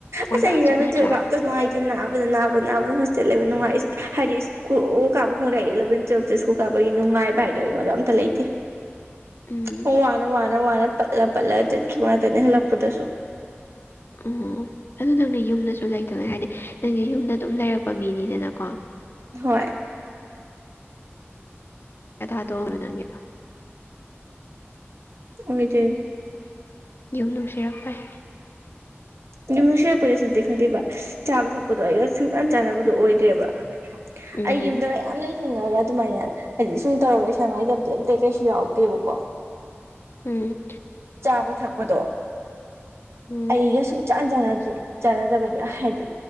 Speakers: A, on the right; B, on the left.
A: ꯑꯁ ꯑꯩ
B: ꯌꯥꯝ
A: ꯑ‌ꯦꯂꯚ‌ꯦꯟ
B: ꯆꯠꯅꯗ꯭ꯔꯥ
A: ꯇꯨ‌ꯦꯜꯐꯕ ꯀꯥꯕꯗꯁꯨ ꯅꯉꯥꯏ ꯇꯤ ꯅꯥꯕꯗ ꯅꯥꯕ ꯅꯥꯕꯗ ꯍꯣꯁꯇꯦꯜ ꯂꯩꯕ ꯅꯨꯡꯉꯥꯏ ꯍꯥꯏꯗꯤ ꯁ꯭ꯀꯨꯜ ꯀꯥꯕ ꯈꯪꯗꯦ ꯏꯂꯚꯦꯟ ꯇꯋ‌ꯦꯜꯐꯤꯇ ꯏꯁꯀꯨꯜ ꯀꯥꯕꯒꯤ ꯅꯨꯡꯉꯥꯏꯕ ꯍꯥꯏꯗꯣ ꯑꯩꯉꯣꯟꯗ ꯑꯝꯇ ꯂꯩꯇꯦ
B: ꯎꯝ
A: ꯑꯣ ꯋꯥꯅ ꯋꯥꯅ ꯋꯥꯅ ꯄꯠꯂ ꯄꯠꯂ ꯆꯠꯈꯤꯕ ꯉꯥꯛꯇꯅꯦ ꯍꯜꯂꯛꯄꯗꯁꯨ
B: ꯑꯣ ꯑꯗꯨꯅ ꯌꯨꯝꯗꯁꯨ ꯂꯩꯇꯕꯅꯦ ꯍꯥꯏꯗꯤ ꯅꯪꯒꯤ ꯌꯨꯝꯗ ꯑꯗꯨꯝ ꯂꯩꯔꯛꯄ ꯃꯤꯅꯤꯗꯅꯀꯣ
A: ꯍꯣꯏ
B: ꯀꯌꯥ <unintelligible> ꯇꯥ ꯇꯣꯡꯑꯝꯃꯦ ꯅꯪꯒꯤꯗꯣ
A: ꯑꯣꯏꯗ‌ꯦ
B: ꯌꯨꯝ ꯅꯨꯡꯁꯤꯔꯛꯄꯩ
A: ꯌꯥꯝꯅꯨꯡꯁꯤ ꯄꯁ ꯈꯔꯤꯕ ꯆꯥꯕ ꯊ ꯄꯗꯦ ꯁꯨꯡꯆꯥꯟ ꯆꯥꯟꯅꯕꯗꯣ ꯑꯣꯏꯗ꯭ꯔꯦꯕ
B: ꯎꯝ
A: ꯑꯩ ꯌꯨꯝꯗ ꯌꯥꯝ ꯂꯩꯅꯤꯡꯉꯒ ꯑꯗꯨꯃꯥꯏꯅ ꯍꯥꯏꯗꯤ ꯁꯨꯝ ꯇꯧꯔꯦ ꯁꯪꯉꯥꯏꯗꯕꯗꯤ ꯑꯝꯇ ꯀꯩꯁꯨ ꯌꯥꯎꯔꯛꯇꯦꯕꯀꯣ
B: ꯎꯝ
A: ꯆꯥꯕ ꯊꯛꯄꯗꯣ
B: ꯎꯝ
A: ꯑꯩꯒ ꯁꯨꯡꯆꯥꯟ ꯆꯥꯟꯅꯗ꯭ꯔꯦ ꯆꯥꯟꯅꯗꯕꯩꯅꯤꯕ ꯍꯥꯏꯗꯤ